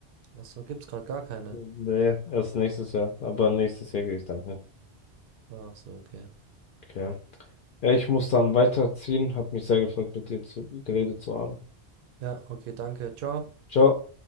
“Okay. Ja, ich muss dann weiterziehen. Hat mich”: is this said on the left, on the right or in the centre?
Left